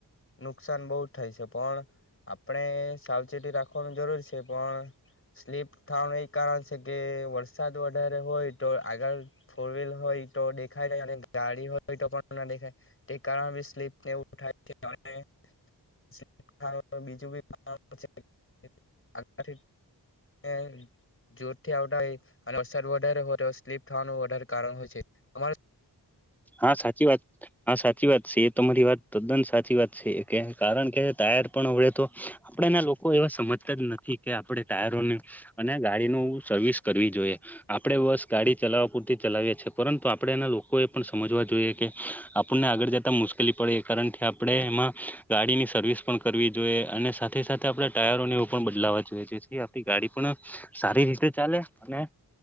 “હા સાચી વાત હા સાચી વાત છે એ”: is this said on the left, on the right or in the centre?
Centre